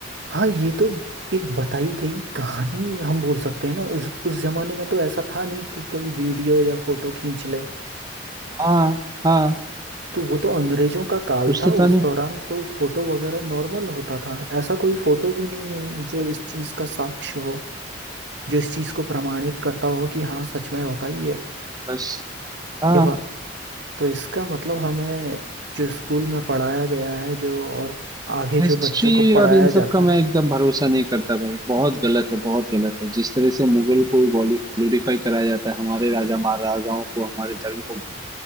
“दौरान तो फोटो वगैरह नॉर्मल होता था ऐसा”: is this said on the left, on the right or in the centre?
Right